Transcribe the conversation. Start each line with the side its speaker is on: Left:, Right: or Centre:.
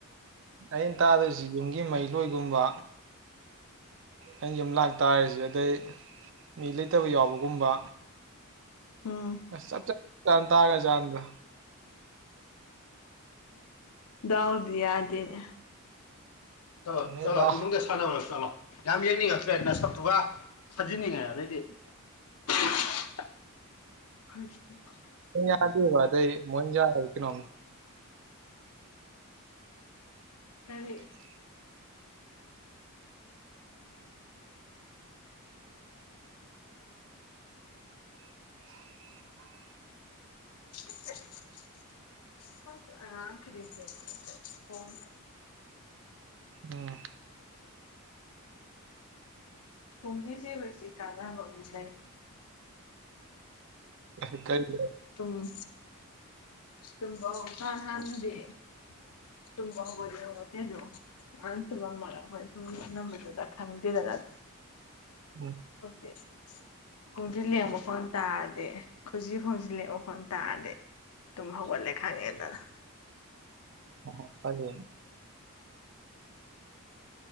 Right: ꯑꯩꯅ ꯇꯥꯗꯣꯏꯁꯤ ꯌꯨꯝꯒꯤ ꯃꯩꯂꯣꯏꯒꯨꯝꯕ ꯑꯩꯅ ꯌꯨꯝ ꯂꯥꯛ ꯇꯥꯔꯤꯁꯦ ꯑꯗꯩ ꯃꯤ ꯂꯩꯇꯕ ꯌꯥꯎꯕꯒꯨꯝꯕ
Left: ꯎꯝ
Right: ꯑꯁ ꯆꯞ ꯆꯞ ꯒ꯭ꯌꯥꯟ ꯇꯥꯒ꯭ꯔ ꯖꯥꯠꯅꯤꯗ
Left: ꯗꯥꯎꯗꯤ ꯌꯥꯗꯦꯅꯦ ꯆꯠꯂꯣ
Right: ꯈꯪꯗꯦ
Left: ꯆꯠꯂꯣ
Right: ꯗꯥꯎ
Left: ꯏꯃꯨꯡꯗ ꯁꯥꯟꯅꯔꯨꯔꯣ ꯆꯠꯂꯣ ꯌꯥꯝ ꯌꯦꯡꯅꯤꯡꯉꯛꯇ꯭ꯔꯦ ꯅꯁꯛꯇꯨꯒ ꯊꯥꯖꯤꯟꯅꯤꯡꯉꯦ ꯑꯗꯩꯗꯤ <unintelligible>
Right: ꯌꯥꯗꯦꯕ ꯑꯗꯩꯩ <unintelligible>
Left: ꯀꯔꯤ
Right: <inaudible> <inaudible>
Left: ꯑꯥ <unintelligible> <inaudible>
Right: ꯎꯝ
Left: ꯈꫭꯡꯖꯤ ꯁꯤꯕꯥꯁꯤ ꯀꯥꯟꯅꯕ ꯑꯝꯗꯤ ꯂꯩ
Right: ꯀꯩ ꯀꯩꯅꯣ
Left: ꯈꯨꯝ ꯇꯝꯕꯍꯧ ꯀꯥꯟ ꯍꯥꯟꯅꯗꯤ ꯇꯨꯝꯕ ꯍꯧꯒꯠꯂꯤ ꯍꯧꯒꯠꯇꯦꯁꯨ <unintelligible> ꯈꯪꯗꯦꯗ
Right: ꯎꯝ
Left: <inaudible> ꯈꯣꯡꯖꯤ ꯂꯦꯡꯕ ꯈꯣꯟ ꯇꯥꯔꯗꯤ ꯈꯨꯖꯤ <unintelligible> ꯇꯥꯔꯗꯤ ꯇꯨꯝ ꯍꯧꯒꯠꯂꯦ ꯈꯥꯉꯦꯗꯅ
Right: ꯑꯣ <inaudible>